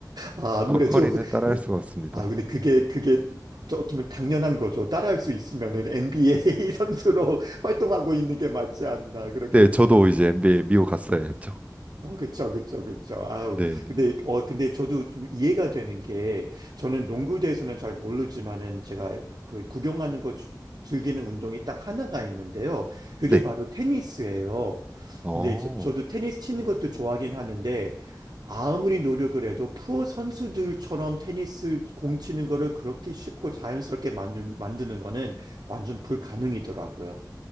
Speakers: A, on the right; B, on the right.
A: 아, 아무래도
B: 커, 커리는
A: <laughs>
B: 따라할
A: 네.
B: 수가 없습니다.
A: 아, 근데 그게 그게 어쩌- 어쩌면 당연한 거죠. 따라할 수 있으면은 NBA 선수로 <laughs> 활동하고 있는 게 맞지 않나 그러겠죠.
B: 네, 저도 이제 NBA 미국 갔어야 했죠.
A: 어, 그쵸, 그쵸, 그쵸. 아우,
B: 네,
A: 근데,
B: 네.
A: 어, 근데 저도 좀 이해가 되는 게, 저는 농구에 대해서는 잘 모르지만은, 제가 그 구경하는 거 주- 즐기는 운동이 딱 하나가 있는데요. 그게
B: 네.
A: 바로 테니스예요.
B: 어,
A: 근데 저, 저도 테니스 치는 것도 좋아하긴 하는데, 아무리 노력을 해도 프로 선수들처럼 테니스 공 치는 거를 그렇게 쉽고 자연스럽게 만드, 만드는 거는 완전 불가능이더라고요.